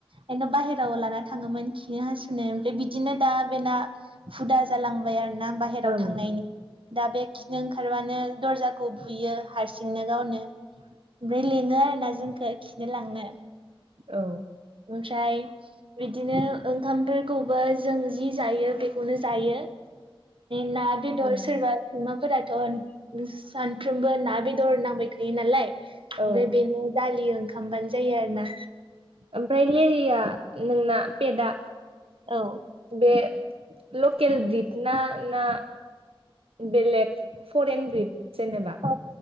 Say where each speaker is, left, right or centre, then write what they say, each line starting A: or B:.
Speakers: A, on the right (about 70°); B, on the right (about 85°).
A: बेंनो बाहेराव लाना थाङोमोन खिनो हासुनो ओमफ्राय बिदिनो दा बेना दा हुदा जालांबाय आरो ना बाहेराव
B: ओम
A: थांनायनि दा बे खिनो ओंखारबानो दर्जाखौ बुयो हारसिं नो गावनो ओमफ्राय लिङो आरो ना जोंखौ खिनो लांनो
B: औ
A: ओमफ्राय बिदिनो ओंखामफोरखौबो जों जि जायो बेखौनो जायो।
B: <inaudible>
A: ना बेदर
B: ओम
A: सोरबा सैमाफोराथ' सानफ्रामबो बो ना बे दर नांबायखायो नालाय ओमफ्राय
B: औ
A: बेनो दालि ओंखामबानो जायो आरो ना
B: ओमफ्राय लेरिया नोंना पेटआ
A: औ
B: बे लकेल ब्रिद ना ना बेलेग फरेन ब्रिट जेनेबा
A: अ